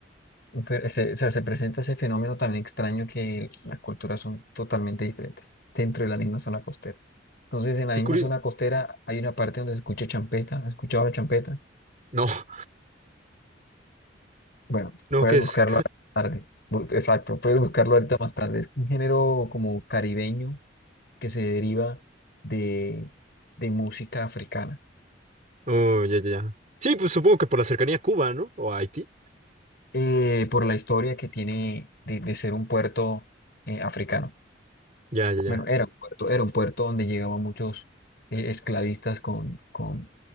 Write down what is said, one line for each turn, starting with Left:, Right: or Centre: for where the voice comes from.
Left: un fe- se, o sea, se presenta ese fenómeno también extraño que las culturas son totalmente diferentes dentro de la misma zona costera. Entonces, en la
Right: Qué
Left: misma
Right: curio-
Left: zona
Right: <laughs>
Left: costera hay una parte donde se escucha champeta, ¿has escuchado la champeta?
Right: No,
Left: Bueno,
Right: no,
Left: puedes
Right: ¿qué
Left: buscarlo
Right: es?
Left: a la tarde. Bu- Exacto, puedes buscarlo ahorita más tarde. Es un género como caribeño que se deriva de, de música africana,
Right: Oh, ya, ya, ya. Sí, pues supongo que por la cercanía a Cuba, ¿no? O a Haití.
Left: eh, por la historia que tiene de, de ser un puerto eh, africano.
Right: Ya, ya, ya.
Left: Bueno, era un puerto, era un puerto donde llegaban muchos eh, esclavistas con, con,